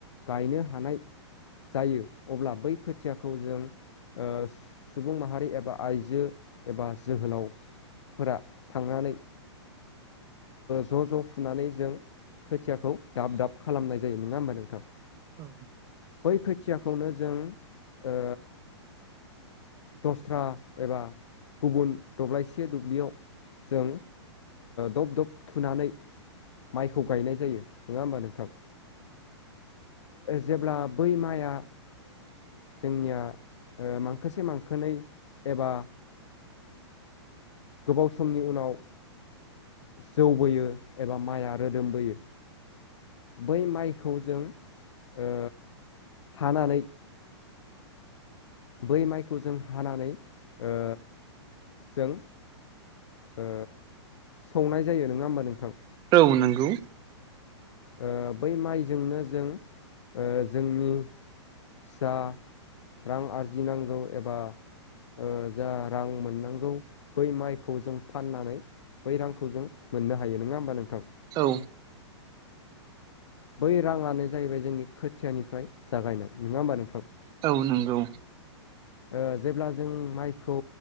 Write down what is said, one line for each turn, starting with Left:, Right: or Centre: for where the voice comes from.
Left: गायनो हानाय जायो अब्ला बै खोथियाखौ जों ओ सुबुं माहारि एबा आइजो एबा जोहोलाव फोर थांनानै ज' ज' फुनानै जों खोथियाखौ दाब दाब खालामनाय जायो नङा होमबा नोंथां?
Right: औ।
Left: बै खोथियाखौनो जों ओ दस्रा एबा गुबुन दब्लायसे दुब्लियाव जों दब दब थुनानै माइखौ गायनाय जायो नङा होमबा नोंथां? जेब्ला बै माइआ जोंनिया मांखोसे मांखोनै एबा गोबाव समनि उनाव जौ बोयो एबा माइआ रोदोमबोयो। बै माइखौ जों ओ हानानै बै माइखौ जों हानानै ओ जों ओ सौनाय जायो नोङा होमबा नोंथां?
Right: औ नोंगौ।
Left: ओ बै माइजोंनो जों ओ जोंनि जा रां आरजिनांगौ एबा ओ जा रां मोननांगौ बै माइखौ जों फाननानै बै रांखौ जों मोननो हायो नोङा होमबा नोंथां?
Right: औ।
Left: बै राङानो जाहैबाय जोंनि खोथियानिफ्राय जागायनाय नोङा होमबा नोंथां?
Right: औ नोंगौ।
Left: ओ जेब्ला जों माइखौ